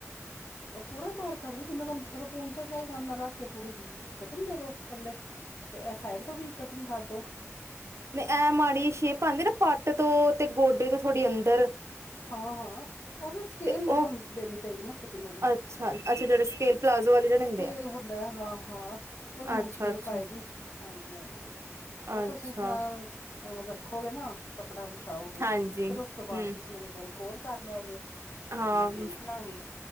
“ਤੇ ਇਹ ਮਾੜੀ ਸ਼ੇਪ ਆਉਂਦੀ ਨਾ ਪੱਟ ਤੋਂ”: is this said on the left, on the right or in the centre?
Right